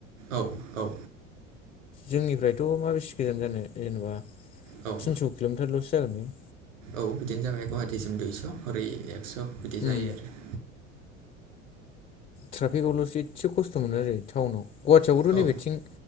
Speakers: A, on the right; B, on the left.
A: औ औ
B: जोंनिफ्रायथ माबेसि गोजान जानो जेनबा
A: औ
B: तिनस किलमिटारलसो जागोन बेयो
A: औ बिदिनो जाबाय गुवाहाटिसिम दुइस हरै एक्स बिदि जायो
B: उम
A: आरो
B: ट्राफिकआवलसो एसे खस्थ मोनो आरो टाउनाव गुवाहाटियावबोथ
A: औ
B: नैबेथिं
A: औ